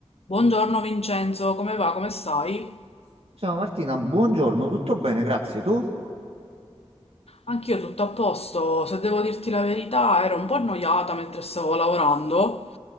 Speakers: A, on the left; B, on the right.
A: Buongiorno Vincenzo, come va? Come stai?
B: Ciao Martina, buongiorno, tutto bene, grazie. Tu?
A: Anch'io tutto a posto, se devo dirti la verità, ero un po' annoiata mentre stavo lavorando